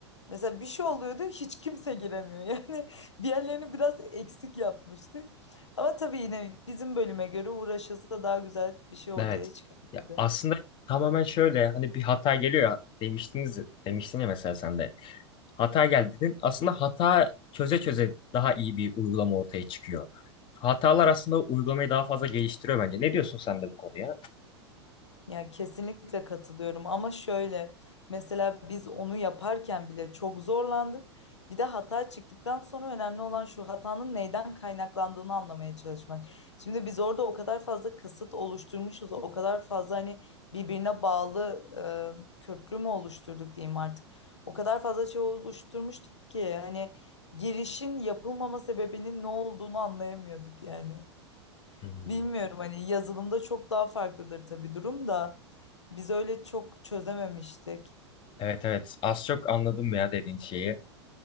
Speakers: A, on the left; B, on the left.
A: Mesela bir şey oluyordu hiç kimse giremiyor. <laughs> Yani bir yerlerini biraz eksik yapmıştık. Ama tabii yine bizim bölüme göre uğraşılsa daha güzel bir şey ortaya
B: Evet.
A: çıkabilirdi.
B: Ya aslında tamamen şöyle hani bir hata geliyor ya demiştiniz demiştin ya mesela sen de. Hata geldi dedin. Aslında hata çöze çöze daha iyi bir uygulama ortaya çıkıyor. Hatalar aslında uygulamayı daha fazla geliştiriyor bence. Ne diyorsun sen de bu konuya?
A: Ya kesinlikle katılıyorum ama şöyle mesela biz onu yaparken bile çok zorlandık. Bir de hata çıktıktan sonra önemli olan şu hatanın neyden kaynaklandığını anlamaya çalışmak. Şimdi biz orada o kadar fazla kısıt oluşturmuşuz, o kadar fazla hani birbirine bağlı e, köprü mü oluşturduk diyeyim artık. O kadar fazla şey oluşturmuştuk ki hani girişin yapılmama sebebinin ne olduğunu anlayamıyorduk yani.
B: Hmm.
A: Bilmiyorum hani yazılımda çok daha farklıdır tabii durum da. Biz öyle çok çözememiştik.
B: Evet evet az çok anladım ya dediğin şeyi.